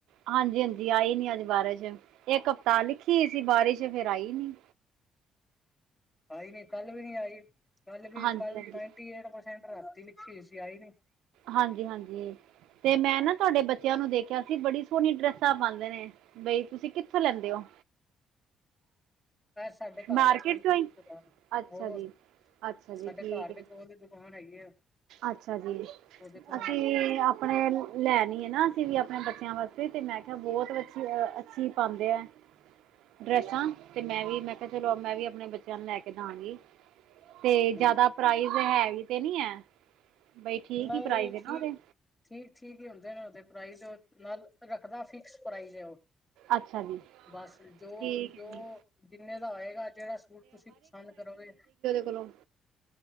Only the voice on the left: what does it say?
ਆਈ ਨੀ ਕੱਲ ਵੀ ਨੀ ਆਈ, ਕੱਲ ਵੀ
ਕੱਲ
ਨਾਇਨਟੀ ਐਟ ਪਰਸੈਂਟ ਰਾਤੀ ਲਿਖੀ ਸੀ, ਆਈ ਨੀ
ਸਾਡੇ ਘਰ
ਦੇ ਕੋਲ ਵੀ
ਹੈਗੀ
ਇੱਕ ਦੁਕਾਨ,
ਹੋਰ
ਸਾਡੇ
ਘਰ ਦੇ
ਕੋਲ ਕੌਣ ਹੈਗੇ ਆ।
ਉਹਦੇ ਕੋਲੋਂ
ਲੈਂਦੇ ਆ
ਹੂੰ
ਨਹੀਂ
ਠੀਕ।
ਠੀਕ, ਠੀਕ ਹੀ ਹੁੰਦੇ ਨੇ ਉਹਦੇ ਪ੍ਰਾਈਜ ਨਾਲ ਰੱਖਦਾ ਫਿਕਸ ਪ੍ਰਾਈਜ਼ ਹੈ ਉਹ।
ਬਸ ਜੋ
ਜੋ
ਜਿੰਨੇ ਦਾ ਹੋਏਗਾ ਜਿਹੜਾ ਸੂਟ ਤੁਸੀਂ ਪਸੰਦ ਕਰੋਗੇ।